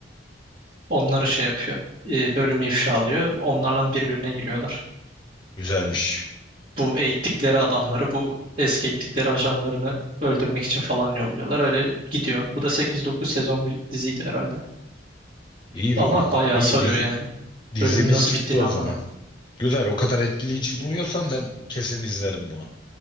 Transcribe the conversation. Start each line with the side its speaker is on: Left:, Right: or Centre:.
Right: Onları şey yapıyor. e, bölümü ifşa alıyor. Onlarla birbirine giriyorlar.
Left: Güzelmiş.
Right: Bu eğittikleri adamları bu eski eğittikleri ajanlarını öldürmek için falan yolluyorlar. Öyle gidiyor. Bu da 8-9 sezon bir diziydi herhalde.
Left: İyi, bir-
Right: Ama bayağı
Left: iyi
Right: sarıyor
Left: diz-
Right: yani.
Left: dizimiz
Right: Bölümün nasıl
Left: çıktı
Right: bittiğini
Left: o
Right: anlamıyorum.
Left: zaman. Güzel. O kadar etkileyici buluyorsan ben kesin izlerim bunu.